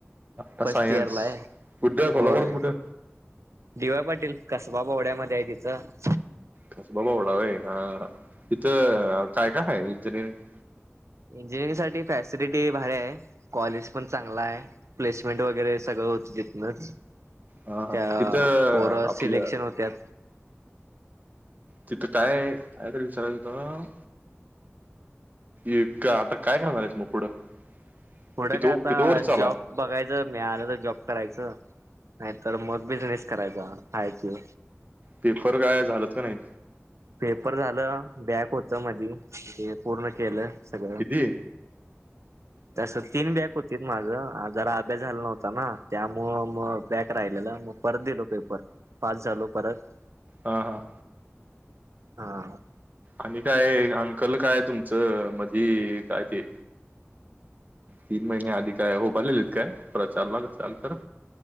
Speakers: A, on the right (about 35°); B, on the right (about 85°).
A: का
B: फर्स्ट
A: सायन्स
B: इयरला हाय,
A: कुठे कोल्हापुरात
B: होय.
A: कुठे
B: डी वाय पाटील कसबा बवड्यामध्ये आहे तिथं.
A: कसबा बावडा व्हय हा, तिथं
B: होय
A: काय काय हाय <unintelligible>
B: इंजिनिअरिंग साठी फॅसिलिटी भारी आहे, कॉलेज पण चांगल आहे. प्लेसमेंट वगैरे सगळं होतं तिथनच.
A: हा हा
B: त्या
A: तिथं
B: पोर
A: आपलं
B: सिलेक्शन होत्यात.
A: तिथं काय, काय तर विचारायचं होत? ईप का आता काय करणार हाईस मग पुढ, कि-
B: पुढं काय आता
A: कितव वर्ष चालू
B: जॉब
A: हाय.
B: बघायचं मिळालं तर जॉब करायचं, नाहीतर मग बिझनेस करायचा हाय त्यो.
A: पेपर काय झालत का नाहीत.
B: पेपर झालं बॅक होत मधी ते पूर्ण केलं सगळ.
A: किती
B: <inaudible> तस तीन बॅक होतीत माझं जरा अभ्यास झाला नव्हता ना त्यामुळं मग बॅक राहिलेलं म परत दिलो पेपर, पास झालो परत.
A: हा हां.
B: आ हा.
A: आणि काय अंकल काय तुमचं मधी काय ते तीन महिने आधी काय उभारलेलीत काय प्रचारला <unintelligible>